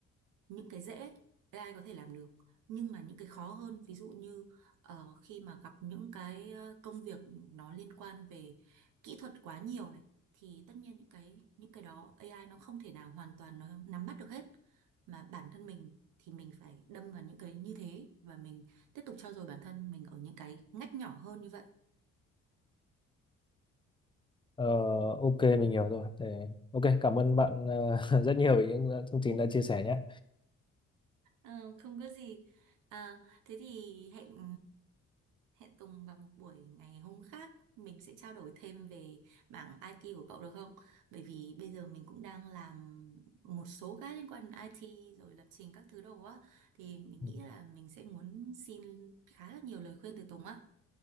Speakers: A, on the right; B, on the left.
A: những cái dễ AI có thể làm được nhưng mà những cái khó hơn ví dụ như ờ, khi mà gặp những cái ờ, công việc nó liên quan về kỹ thuật quá nhiều này thì tất nhiên những cái những cái đó AI nó không thể nào hoàn toàn nó nắm bắt được hết mà bản thân mình thì mình phải đâm vào những cái như thế và mình tiếp tục trau dồi bản thân mình ở những cái ngách nhỏ hơn như vậy
B: Ờ, ok mình hiểu rồi. Để... Ok cảm ơn bạn ờ, <laughs> rất nhiều về những ờ, thông tin đã chia sẻ nhé.
A: Ờ, không có gì. À, thế thì hẹn Hẹn Tùng vào một buổi ngày hôm khác mình sẽ trao đổi thêm về mảng IT của cậu được không? Bởi vì bây giờ mình cũng đang làm một số cái liên quan đến IT rồi lập trình các thứ đồ á thì mình
B: Ừ.
A: nghĩ là mình sẽ muốn xin khá là nhiều lời khuyên từ Tùng á.